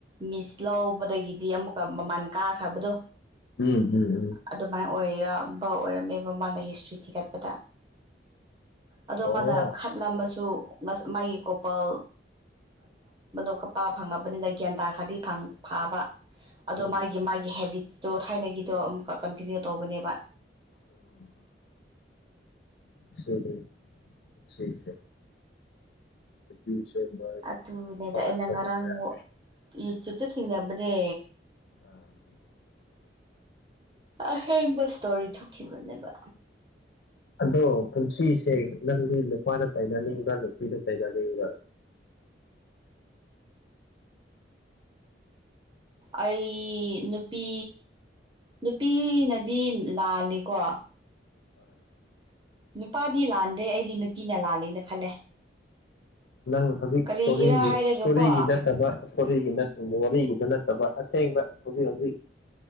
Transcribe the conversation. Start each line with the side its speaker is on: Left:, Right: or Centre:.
Right: ꯃꯤꯁ ꯂꯧꯕꯗꯒꯤꯗꯤ ꯑꯃꯨꯛꯀ ꯃꯃꯜ ꯀꯥꯈ꯭ꯔꯕꯗꯣ
Left: ꯎꯝ ꯎꯝ ꯎꯝ
Right: ꯑꯗꯨꯃꯥꯏꯅ ꯑꯣꯏꯔꯝꯕ ꯑꯣꯏꯔꯝꯃꯦꯕ ꯃꯥꯅ ꯍꯤꯁꯇ꯭ꯔꯤ ꯊꯤꯒꯠꯄꯗ ꯑꯗꯣ
Left: ꯑꯣ
Right: ꯃꯥꯅ ꯈꯠꯂꯝꯕꯁꯨ ꯃꯥꯒꯤ ꯀꯣꯄꯜ <unintelligible> ꯐꯪꯉꯕꯅꯤꯅ ꯒꯌ꯭ꯥꯟ ꯇꯥꯈꯔ꯭ꯗꯤ ꯐꯪ ꯐꯕ꯫ ꯑꯗꯣ
Left: ꯎꯝ
Right: ꯃꯥꯒꯤ- ꯃꯥꯒꯤ ꯍꯦꯕꯤꯠꯁꯇꯣ ꯊꯥꯏꯅꯒꯤꯗꯣ ꯑꯃꯨꯛꯀ ꯀꯟꯇꯤꯅ꯭ꯌꯨ ꯇꯧꯕꯅꯦꯕ꯫
Left: <unintelligible> <unintelligible> <unintelligible>
Right: ꯑꯗꯨꯅꯦꯗ
Left: ꯅꯨꯄꯥꯁꯨ
Right: ꯑꯩꯅ ꯉꯔꯥꯡ
Left: ꯅꯨꯡꯉꯥꯏ
Right: ꯌꯨꯇ꯭ꯌꯨꯕꯇ ꯊꯦꯡꯅꯕꯅꯦ꯫
Left: <unintelligible>
Right: ꯑꯍꯦꯡꯕ ꯏꯁꯇꯣꯔꯤ ꯊꯣꯛꯈꯤꯕꯅꯦꯕ꯫
Left: ꯑꯗꯣ ꯄꯨꯟꯁꯤꯁꯦ ꯅꯪꯗꯤ ꯅꯨꯄꯥꯅ ꯇꯩꯅꯅꯤꯡꯕ꯭ꯔꯥ ꯅꯨꯄꯤꯗ ꯇꯩꯅꯅꯤꯡꯕ꯭ꯔꯥ
Right: ꯑꯩ ꯅꯨꯄꯤ ꯅꯨꯄꯤꯅꯗꯤ ꯂꯥꯜꯂꯤꯀꯣ
Left: <unintelligible>
Right: ꯅꯨꯄꯥꯗꯤ ꯂꯥꯟꯗꯦ ꯑꯩꯗꯤ ꯅꯨꯄꯤꯅ ꯂꯥꯜꯂꯦꯅ ꯈꯜꯂꯦ
Left: ꯅꯪ ꯍꯧꯖꯤꯛ
Right: ꯀꯔꯤꯒꯤꯔꯥ
Left: ꯏꯁꯇꯣꯔꯤꯒꯤ
Right: ꯍꯥꯏꯔꯒꯀꯣ
Left: ꯏꯁꯇꯣꯔꯤꯒꯤ ꯅꯠꯇꯕ ꯏꯁꯇꯣꯔꯤꯒꯤꯠꯇ ꯋꯥꯔꯤꯒꯤꯗ ꯅꯠꯇꯕ ꯑꯁꯦꯡꯕ ꯍꯧꯖꯤꯛ ꯍꯧꯖꯤꯛ